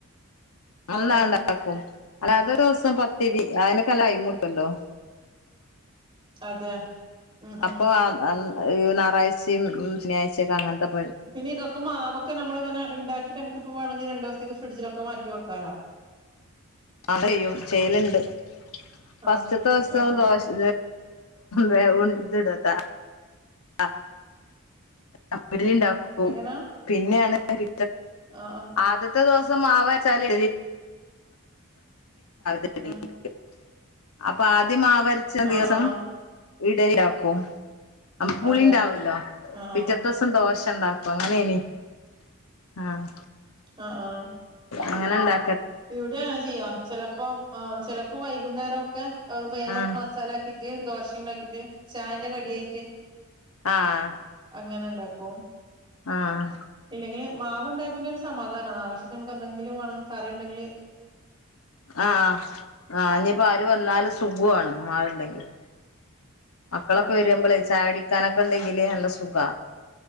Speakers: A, on the right; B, on the left.
A: ആഹ്
B: ന്നാ
A: ആഹ്
B: ഉണ്ടാക്കും അല്ലാത്ത ദിവസം പ ത്തിരി ആയിനക്കല്ല യിമൂടുക്കല്ലോ
A: അതെ ഉം ഉം
B: അപ്പൊ അ ഞായറാഴ്ചയും ശനിയാ്ചൊക്കെ അങ്ങനത്തെ ഫുഡാ
A: പിന്നെ ഇതൊക്കെ മാവൊക്കെ നമ്മള് ങ്ങനെ ഉണ്ടാക്കി്ട്ടെപ്പ വേണമെങ്കിലു സ്ഥക്ക് ഫ്രിഡ്ജിലൊക്കെ മാറ്റി വെക്കാലാ
B: ആ ചെയ്യും ചെയ്യലുണ്ട് ഫസ്റ്റ്
A: ആഹ്
B: ദിവസം
A: ആഹ് ആഹ്
B: ദോശ വ ഉ ദുടത്ത ആഹ് ആ ഉണ്ടാക്കും
A: എങ്ങനാ
B: പിന്നെ ശരി
A: ആഹ് ആഹ്
B: ആദ്യത്തെ ദിവസം പ്പം മാവാച്ചാല് <unintelligible>
A: ആഹ്
B: അപ്പൊ അത് ആദ്യം മാവരച്ച ദിവസം
A: ആഹ് ആഹ്
B: ഇ ഡല്യാക്കും അമ്മ പുളിണ്ടാവല്ലോ
A: അതെ ആഹ്
B: പിറ്റത്തെ
A: ആഹ്
B: ദിവസം ദോശ ഇണ്ടാക്കും അങ്ങനെനി ആഹ്
A: ആഫ് ആഹ്
B: അങ്ങനെ ഉണ്ടാ
A: ഇവിടെ അങ്ങനെ ചെയ്യാ ചെലപ്പോ ആ ചെല അപ്പ വൈകുന്നേരൊക്കെ അത് വേഗം
B: ആഹ്
A: മസാലിട്ട കേറി ദോശ ഉണ്ടാക്കിയിട്ട് ചായേന്റി കടിയായിട്ട്
B: ആഹ
A: അങ്ങനെ ഉണ്ടാക്കും ക്ക
B: ആഹ്
A: <unintelligible> ഇല്ലെങ്കില് മാവ്ുണ്ടായ പിന്നെ ഒരു സമാധാനമാണ്ോ ആവശ്യച്ച് നമുക്ക് എന്തെങ്കില വേറെ കറിണ്ടങ്ക
B: ആഹ ആ ഇനിയിപ്പോ ആര് വന്നല് സുഖമാണ് ആവിണ്ടെങ്കിൽ മക്കളൊക്കെ
A: അതെ
B: വരുമ്പോളേ ചാടി ഉണ്ടെങ്കില് നല്ല സുഖ